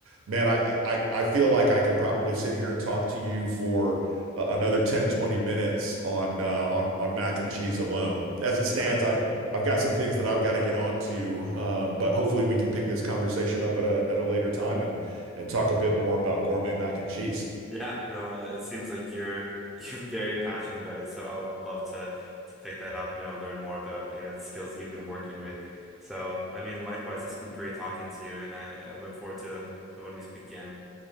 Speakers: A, on the right; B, in the centre.
A: man I I I feel like I could probably sit here and talk to you for another 10 20 minutes on uh, on on mac and cheese alone as it stands
B: <laughs>
A: I've I've got some things that I've got to get on to, um, but hopefully we can pick this conversation up at a at a later time and and talk a bit more about gourmet mac and cheese.
B: Yeah, no, uh, it seems like you're <laughs> you're very passionate about it, so I would love to to pick that up, you know, learn more about, you know, the skills you've been working with. So, I mean, likewise, it's been great talking to you, and I, I look forward to to when we speak again.